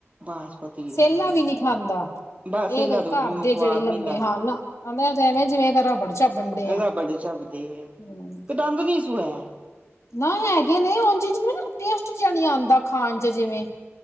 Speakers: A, on the right; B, on the left.
A: ਬਾਸਪਤੀ ਦੇ
B: ਸੇਲਾ
A: ਹੈਗੇ
B: ਵੀ ਨਹੀ ਖਾਂਦਾ।
A: ਬਾਸੀਲਾ
B: ਇਹ ਘਰ
A: ਤੋਂ ਜਿਵੇਂ
B: ਦੇ
A: ਸਵਾਦ
B: ਜਿਹੜੇ ਲੰਮੇ
A: ਨੀਲਾ
B: ਹਨ, ਮੈਂ ਤੇ ਇਨ੍ਹਾਂ ਐਵੇਂ ਜਿਵੇਂ ਰਬੜ ਚਾਬਣ ਡੇ ਆ
A: ਰਬੜ ਝੱਪਦੀ ਏ, ਇੱਕ
B: ਹੂੰ
A: ਦੰਦ ਨਹੀਂ ਸੂ ਹੈ।
B: ਨਾ ਹੈਗੇ ਨੇ, ਉਂਝ ਜਿਵੇਂ ਨਾ ਟੇਸਟ ਜਾ ਆਂਦਾ ਖਾਣ ਚ ਜਿਵੇਂ